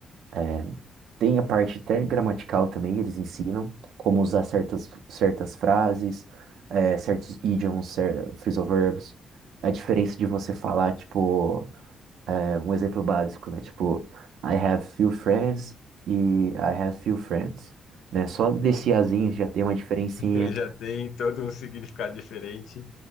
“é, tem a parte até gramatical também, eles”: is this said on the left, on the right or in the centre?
Right